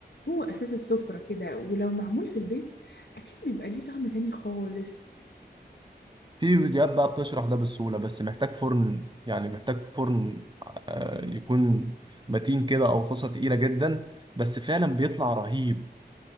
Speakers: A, on the left; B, on the right.
A: هو أساس السفرة كده ولو معمول في البيت أكيد بيبقى ليه طعم تاني خالص
B: في فيديوهات بقى بتشرح ده بسهولة بس محتاج فرن يعني محتاج فرن آه، يكون متين كده أو طاسة تقيلة جدا بس فعلا بيطلع رهيب